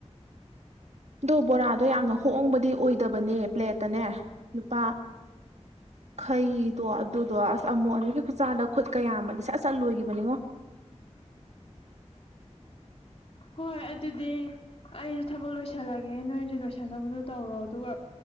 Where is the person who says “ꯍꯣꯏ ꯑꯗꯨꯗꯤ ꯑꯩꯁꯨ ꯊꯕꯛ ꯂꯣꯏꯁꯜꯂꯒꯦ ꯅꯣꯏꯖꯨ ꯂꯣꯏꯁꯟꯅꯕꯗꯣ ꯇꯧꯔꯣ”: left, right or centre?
Left